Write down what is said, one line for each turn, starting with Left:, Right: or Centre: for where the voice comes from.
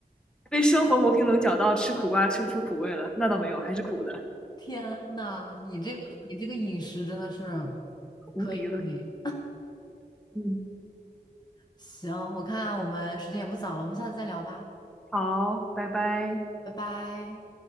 Centre: 被生活磨平棱角到吃苦瓜吃不出苦味了，那倒没有，还是苦的，
Left: <laughs> 天呐，你这个你这个饮食真的是
Centre: 无敌了。
Left: 可以可以。
Centre: 嗯，
Left: 行，我看我们时间也不早了，我们下次再聊吧，
Centre: 好，拜拜。
Left: 拜拜。